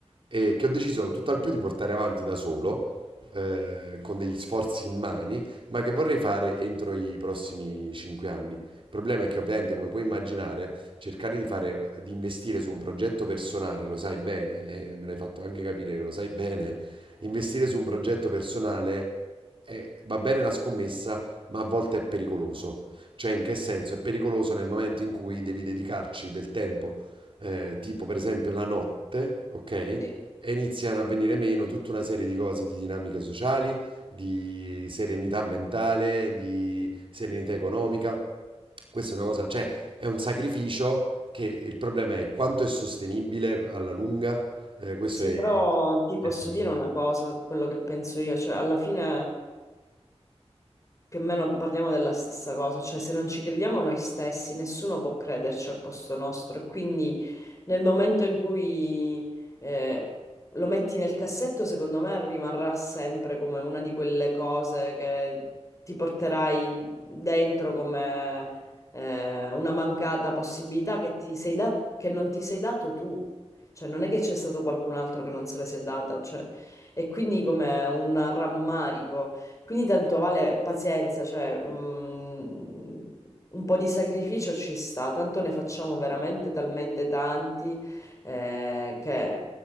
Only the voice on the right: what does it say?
e che ho deciso tutt'al più di portare avanti da solo, eh, con degli sforzi in mani, ma che vorrei fare entro i prossimi cinque anni. Il problema è che ovviamente, come puoi immaginare, cercare di fare, eh, di investire su un progetto personale, lo sai bene, e me l'hai fatto anche capire che lo sai bene, investire su un progetto personale è- va bene la scommessa, ma a volte è pericoloso. Cioè, in che senso? È pericoloso nel momento in cui devi dedicarci del tempo eh, tipo per esempio la notte, ok?
e iniziano a venire meno tutta una serie di cose, di dinamiche sociali, di serenità mentale, di serenità economica. Questa è una cosa, cioè è un sacrificio che il problema è quanto è sostenibile alla lunga. eh, questo
è,
è il problema.